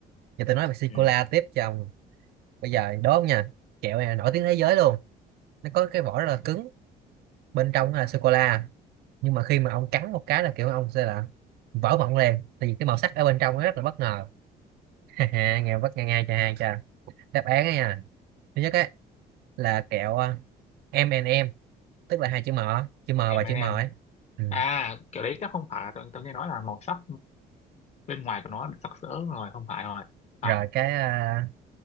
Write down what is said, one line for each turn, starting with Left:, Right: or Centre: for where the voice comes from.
Right: giờ tôi nói về sô
Left: ừ
Right: cô la tiếp cho ông bây giờ đố không nha kẹo này là nổi tiếng thế giới luôn nó có cái vỏ rất là cứng bên trong là sô cô la nhưng mà khi mà ông cắn một cái là kiểu ông sẽ là vỡ mộng liền tại vì cái màu sắc ở bên trong nó rất là bất ngờ <laughs> Ha ha, nghe bất nghe ngay cho hai cho đáp án ấy nha thứ nhất ấy là kẹo ờ, M and M tức là hai chữ M chữ M và
Left: em and
Right: chữ M
Left: em.
Right: ấy ừ.
Left: à kiểu đấy chắc không phải tôi, tôi nghe nói là màu sắc bên ngoài của nó sặc sỡ rồi không phải rồi
Right: rồi
Left: phải
Right: cái ờ,